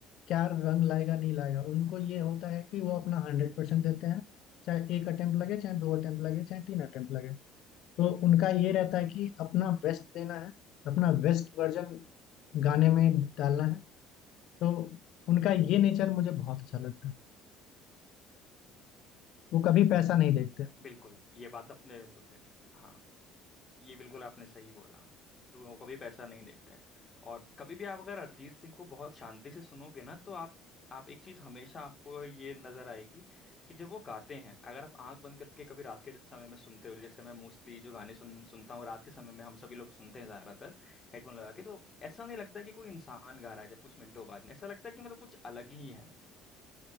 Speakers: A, on the left; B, on the left.
A: क्या रंग लाएगा नहीं लाएगा उनको ये होता है कि वो अपना हंड्रेड परसेंट देते हैं चाहे एक अटेम्प्ट लगे चाहे दो अटेम्प्ट लगे चाहे तीन अटेम्प्ट लगे तो उनका ये रहता है कि अपना बेस्ट देना है अपना बेस्ट वर्जन गाने में डालना है तो उनका ये नेचर मुझे बहुत अच्छा लगता है वो कभी पैसा नहीं देखते
B: बिल्कुल ये बात अपने बिल्कुल सही है हाँ ये बिल्कुल आपने सही बोला तो लोग कभी पैसा नहीं देखते हैं और कभी भी आप अगर अरिजीत सिंह को बहुत शांति से सुनोगे ना तो आप आप एक चीज हमेशा आपको ये नजर आएगी कि जब वो गाते हैं अगर आप आंख बंद करके कभी रात के समय में सुनते हो जैसे मैं मोस्टली जो गाने सुन सुनता हूँ रात के समय में हम सभी लोग सुनते हैं ज्यादातर हेडफोन लगा के तो ऐसा नहीं लगता कि कोई इंसान गा रहा है जब कुछ मिनटों बाद में ऐसा लगता है कि मतलब कुछ अलग ही है